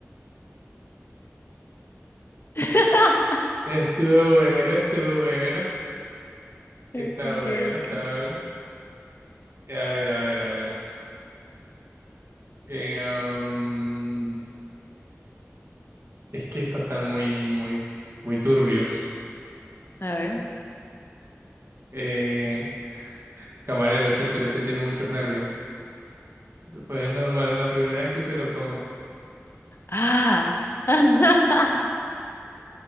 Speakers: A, on the left; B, on the right.
A: <laughs>
B: Estuvo bueno, estuvo bueno.
A: Okay,
B: Está bueno, está
A: okay.
B: bueno. Eh, A ver, a ver, a ver. Eh, um, es que estos están muy, muy, muy turbios.
A: A ver.
B: Eh, camarero, ese filete tiene muchos nervios. Pues es normal, es la primera vez que se lo comen.
A: Ah. <laughs>